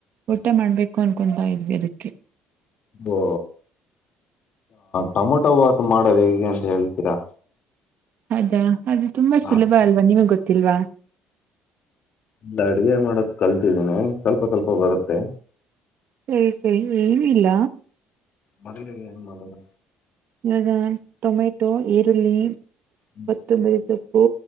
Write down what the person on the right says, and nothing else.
ಊಟ ಮಾಡ್ಬೇಕು ಅನ್ಕೊಂತಾ ಇದ್ವಿ ಅದಿಕ್ಕೆ
ಅದಾ ಅದು ತುಂಬಾ
ಸುಲಭ ಅಲ್ವಾ ನಿಮಗೆ ಗೊತ್ ತಿಲ್ವಾ
ಸರಿ ಸರಿ ಏನು ಇಲ್ಲ
ಈವಾಗ ಟೊಮೆಟೊ ಈರುಳ್ಳಿ.
ಮತ್ತೆ ಬೇಯಿಸೋದು ಹೂ